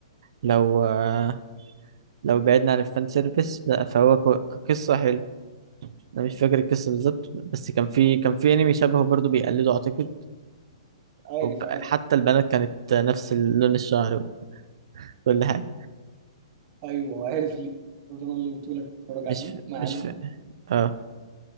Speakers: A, on the right (about 60°); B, on the right (about 30°).
A: لو آه، لو بعدنا عن الفان سيرفيس لا، فهو ك- قصه حلوه انا مش فاكر القصه بالظبط بس كان في كان في انمي شبهه برضو بيقلده اعتقد
B: عارف
A: وب-
B: عارف
A: حتى البنات كانت نفس لون الشعر وكل حاجة
B: ايوه عارف ليه برضه انا اللي بتقول لك تتفرج
A: مش
B: عليه
A: ف...
B: ما
A: مش
B: علينا
A: ف... اه